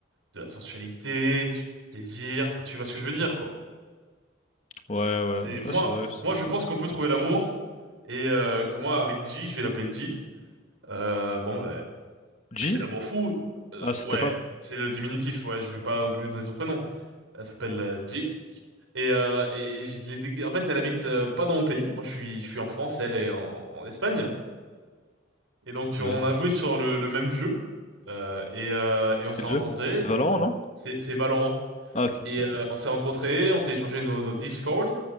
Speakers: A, on the right; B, on the left.
A: de la sensualité, du plaisir, enfin, tu vois ce que je veux dire, quoi.
B: Ouais, ouais,
A: C'est moi,
B: ouais, c'est vrai, c'est
A: moi, je
B: pas...
A: pense qu'on peut trouver l'amour et euh, que moi, avec G, je vais l'appeler G. Euh, bon, ben,
B: G?
A: c'est l'amour fou. Euh,
B: Ah, c'est
A: ouais,
B: ta femme.
A: c'est le diminutif. Ouais, je veux pas non plus donner son prénom. Elle s'appelle euh, Jis. Et, euh, et je l'ai dé- en fait, elle habite euh, pas dans mon pays. Moi, je suis, je suis en France, elle est en, en Espagne. Et donc,
B: Ouais.
A: on a joué sur le, le même jeu. Euh, et, euh, et
B: C'est
A: on s'est
B: quel
A: rencontrés.
B: jeu? C'est Valorant, non?
A: C'est, c'est Valorant.
B: Ah, ok,
A: Et
B: ok.
A: euh, on s'est rencontrés, on s'est échangé nos, nos Discord.